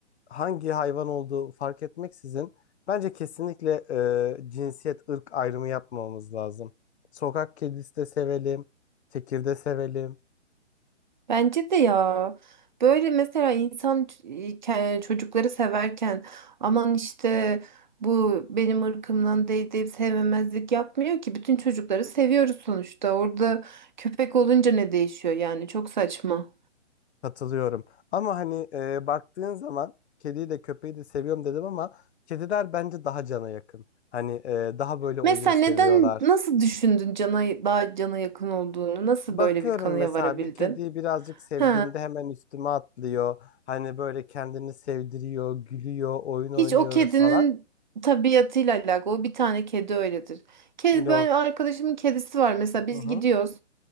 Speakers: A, on the left (about 65°); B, on the right (about 40°).
A: hangi hayvan olduğu fark etmeksizin bence kesinlikle e, cinsiyet ırk ayrımı yapmamamız lazım. Sokak kedisi de sevelim, tekirde sevelim.
B: Bence de ya. Böyle mesela insan ç- e, ke- çocukları severken aman işte bu benim ırkımdan değil deyip sevmemezlik yapmıyor ki. Bütün çocukları seviyoruz sonuçta. Orada köpek olunca ne değişiyor yani çok saçma.
A: Katılıyorum. Ama hani e, baktığın zaman kediyi de köpeği de seviyorum dedim ama kediler bence daha cana yakın. Hani e, daha böyle oyun
B: Mesela
A: seviyorlar.
B: neden nasıl düşündün cana daha cana yakın olduğunu? Nasıl
A: Bakıyorum
B: böyle bir kanıya
A: mesela
B: varabildin?
A: bir kediyi birazcık sevdiğimde
B: He.
A: hemen üstüme atlıyor. Hani böyle kendini sevdiriyor, gülüyor, oyun oynuyoruz
B: Hiç o kedinin
A: falan.
B: tabiatıyla alakalı. O bir tane kedi öyledir. Kedi,
A: Yok.
B: ben arkadaşımın kedisi var mesela biz
A: Hı hı.
B: gidiyoruz.